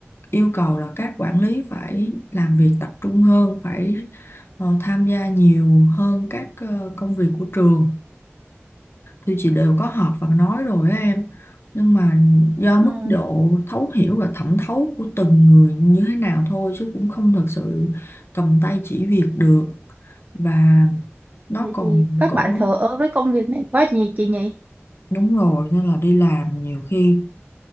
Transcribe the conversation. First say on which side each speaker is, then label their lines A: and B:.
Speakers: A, on the left (about 60°); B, on the right (about 40°).
A: yêu cầu là các quản lý phải làm việc tập trung hơn, phải ờ, tham gia nhiều hơn các ờ, công việc của trường. Thì chị đều có họp và nói rồi á em. Nhưng mà do
B: ừ.
A: mức độ thấu hiểu và thẩm thấu của từng người như thế nào thôi chứ cũng không thật sự cầm tay chỉ việc được và nó
B: Vậy
A: còn
B: thì các
A: cổ
B: bạn thờ ơ với công việc này quá nhỉ chị nhỉ?
A: đúng rồi nên là đi làm nhiều khi